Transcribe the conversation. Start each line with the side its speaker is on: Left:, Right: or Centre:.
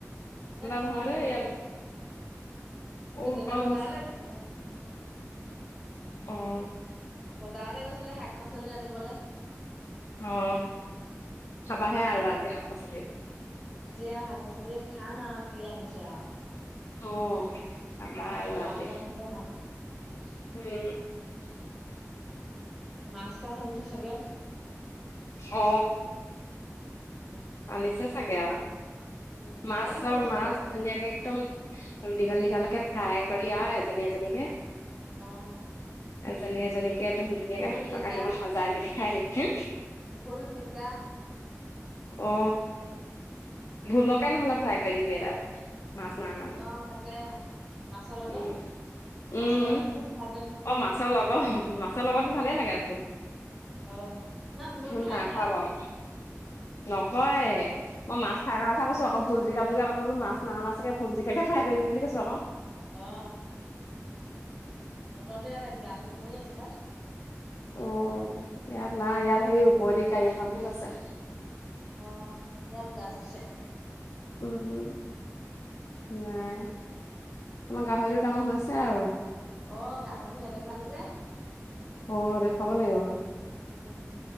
Centre: ইয়াত ঠাণ্ডা
Left: নহয়
Centre: পেলাব,
Left: দেই ইয়াত
Centre: ৰ'দ গল।
Left: বহুত
Centre: অ দেতা
Left: গৰম
Centre: বজাৰলে
Left: হৈছে
Centre: গৈছিলে। অ।
Left: অঁ।
Centre: বজাৰলে গৈছিলে শাক পাচলি আনিবলে।
Left: অ চাবাহে আৰু আজি শাক-পাচলি।
Centre: আজি আৰু শাক পাচলি খাম আও কি আনিছে আও।
Left: অ খাবা আৰু আজি
Centre: মাছৰ চিতল ভাল। উম, উম।
Left: উম
Centre: মাছ চাছ আনিছ চাগে।
Left: অ।
Centre: উম
Left: আনিছে চাগে আও।
Centre: উম খাব
Left: মাছৰ
Centre: লাগিব ৰ'দৰ
Left: মাছ
Centre: পৰা
Left: ধুনীয়াকে একদম দীঘল দীঘলকে ফ্ৰাই কৰি আৰু এজনী এজনীকে
Centre: অ
Left: এজনী এজনীকে একদম ধুনীয়াকে
Centre: ভোল
Left: ভাত
Centre: জিকা
Left: খোৱা কাঁহীখন সজাই মেলি সাৰিবি চোন।
Centre: ভোল, জিকা।
Left: অ, ভোলকে নহ'লে ফ্ৰাই কৰি দিবি এটা এটা। মাছ নাই অনা যদি
Centre: অহ তাকে মাছৰ লগত।
Left: উম,
Centre: মাছৰ
Left: উম।
Centre: লগত ভোল ফ্ৰাই কৰিম
Left: অ মাছৰ লগত? মাছৰ লগতটো ভালেই লাগে ভোল।
Centre: অ তোমই ভুল
Left: ভোল
Centre: ঠাই
Left: নাই
Centre: কৰে
Left: খোৱা বাৰু
Centre: জানো
Left: নকয় মই মাছ খাই কথা কৈছো আকৌ ভুল জিকা বুলি কলে বোলো মাছ ন না চাগে ভুল জিকা। ফ্ৰাই কৰিম বুলি কৈছ আকৌ
Centre: আহ। বতৰটো ইয়াত গাজি গমৰি আছে পাই
Left: অ ইয়াৰ নাই ইয়াৰ সেই ওৰে গাড়ী এখনহে গৈছে।
Centre: আহ সয়ান গাজছে।
Left: উম নাই আমাৰ গাহৰিতটো ডাঙৰ হৈছে আছে আৰু,
Centre: অ গাহৰিটো নেদেখুৱালি যে।
Left: অ দেখাব লাগিব।
Centre: উ